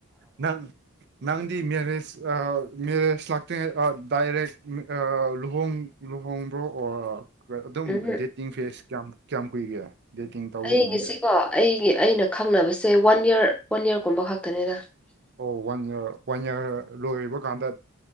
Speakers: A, on the right; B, in the centre.
A: ꯅꯪ ꯅꯪꯗꯤ ꯃꯦꯔꯦꯖ ꯑꯥ ꯃꯦꯔꯦꯖ ꯂꯥꯛꯇꯦ ꯗꯥꯏꯔꯦꯛ ꯑꯥ ꯂꯨꯍꯣꯡ ꯂꯨꯍꯣꯡꯕ꯭ꯔꯣ ꯑꯣ ꯑꯗꯨꯝ
B: ꯎꯝ ꯎꯝ
A: ꯗꯦꯠꯇꯤꯡ ꯐꯦꯁ ꯀꯌꯥꯝ ꯀꯌꯥꯝ ꯀꯨꯏꯒꯦ ꯗꯦꯇꯤꯡ ꯇꯧꯕꯒꯨꯝꯗꯦ
B: ꯑꯩꯒꯤꯁꯤꯀꯣ ꯑꯩ ꯑꯩꯅ ꯈꯪꯅꯕꯁꯦ ꯋꯥꯟ ꯌꯔ ꯋꯥꯟ ꯌꯔꯒꯨꯝꯕ ꯈꯛꯇꯅꯦꯗ
A: ꯑꯣ ꯋꯥꯟ ꯏꯌꯥꯔ ꯋꯥꯟ ꯏꯌꯥꯔ ꯂꯣꯏꯕ ꯀꯥꯟꯗ